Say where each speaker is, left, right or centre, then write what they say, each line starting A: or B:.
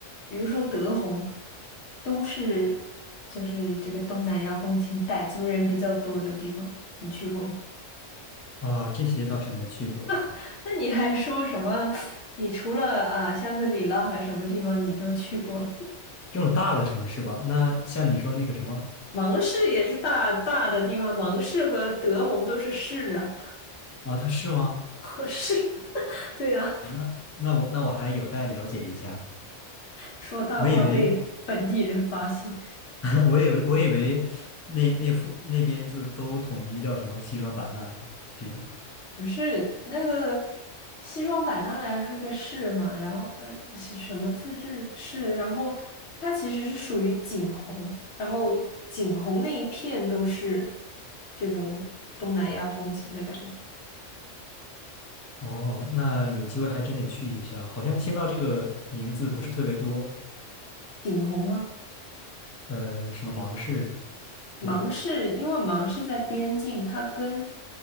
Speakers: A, on the left (about 60°); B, on the left (about 25°).
A: 比如说德宏，都是就是这个东南亚风情，傣族人比较多的地方。你去过吗？
B: 啊，这些倒是没去过，
A: <laughs> 那你还说什么？你除了啊香格里拉和什么地方你都去过了？
B: 这种大的城市吧。那像你说那个什么
A: 芒市也是大大的地方，芒市和德宏都是市啊，
B: 啊，它是吗？
A: <laughs> 和市啊，对呀、
B: 啊那那我那我还有待了解一下。
A: 说大话被本地人发现，
B: 我以为 <laughs> 我以为我以为那那附那边就是都统一叫什么西双版纳这种。
A: 不是那个西双版纳呀，是个市嘛，然后呃是什么自治市，然后它其实是属于景洪，然后景洪那一片都是这种东南亚风情的感觉，
B: 哦，那有机会还真得去一下。好像听到这个名字不是特别多，
A: 景洪吗？
B: 呃，什么芒市
A: 芒市，
B: 这种。
A: 因为芒市在边境，它跟